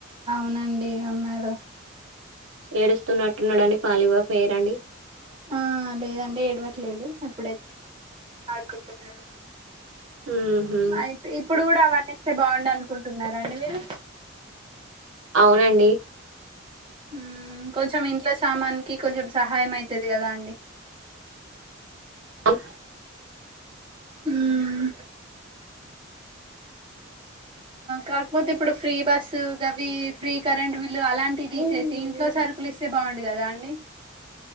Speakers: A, on the right (about 25°); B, on the right (about 85°).
A: అవునండి ఉన్నాడు
B: ఏడుస్తున్నట్టున్నాడండి పాలివ్వక పేయిరండి
A: ఆ లేదండి ఏడవట్లేడు ఎప్పుడైతే ఆడుకుంటున్నాడు
B: హుహు.
A: అయితే ఇప్పుడు కూడా అవన్న ఇస్తే బాగుండు అనుకుంటున్నారా అండి మీరు
B: అవునండి
A: ఉం కొంచెం ఇంట్లో సామానికి కొంచెం సహాయం అవుతది కదా అండి
B: అప్
A: ఉం కాకపోతే ఇప్పుడు ఫ్రీ బస్సు అవి ఫ్రీ కరెంట్ అలాంటివి తీసేసి ఇంట్లో సరుకులుఇస్ తె బాగుండు కదా అండి